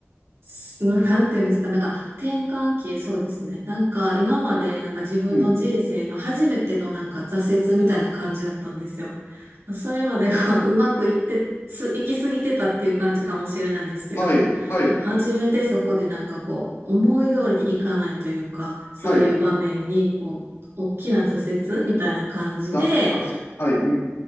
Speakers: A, on the right; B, on the left.
A: すな
B: うん、
A: <laughs> なんていうんですか、なんか転換期、そうですね。なんか今までなんか自分の人生の初めてのなんか挫折みたいな感じだったんですよ。
B: うん、
A: それまでが <laughs> うまくいって、す、行き過ぎてたっていう感じかもしれないんですけど、
B: はい、はい、
A: 初めてそこでなんかこう、思い通りにいかないというか、そういう場面にこう、
B: はい、
A: 大きな挫折みたいな感じで、
B: ざ、ざ、はい、うん、